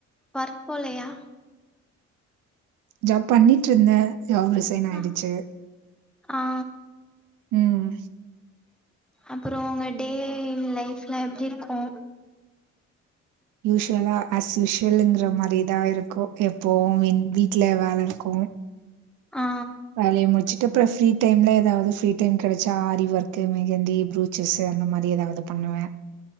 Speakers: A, in the centre; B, on the right (about 90°).
A: ஒர்க் போலையா
B: ஜாப் பண்ணிட்டு இருந்தே ஜாப் ரிசைன் ஆயிடுச்சு
A: ஆ ஆ
B: ம்
A: அப்புற உங்க டே லைப்ல எப்டி இருக்கு
B: யூஸ்வலா அஸ்யூஷுவல்ங்கிற மாரிதா இருக்கு எப்போ மீ வீட்ல வேல இருக்கு
A: ஆ
B: வேலைய முடிச்சு இருக்குற ஃப்ரீ டைம்ல எதாவது ஃப்ரீ டைம் கடைச்சா ஆரி ஒர்க் மெகந்தி ப்ருச்சஸ் அந்த மாரி எதாவது பண்ணுவே